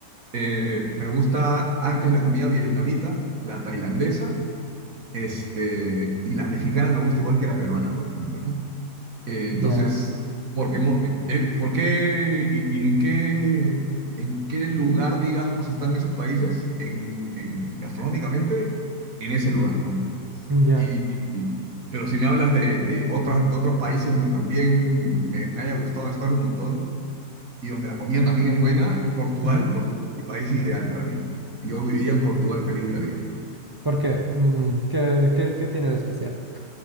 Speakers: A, on the right; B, on the right.
A: Eh, me gusta antes la comida vietnamita, la tailandesa Este, y la mexicana me gusta igual que la peruana, por ejemplo, ¿no? Eh,
B: Ya,
A: entonces, ¿por qué, mo- eh, eh, por qué y, y en qué, en qué lugar, digamos, están esos países? En, en- gastronómicamente, en ese lugar, ¿no?
B: ya.
A: Y, y- y- pero si me hablas de, de, otras, de otros países donde también me, me haya gustado estar un montón y donde la comida también es buena, Portugal,
B: Ujú.
A: Portugal es mi país ideal para mí. Yo viviría en Portugal feliz de la vida.
B: ¿Por qué? Mm, ¿qué, qué, qué tiene de especial?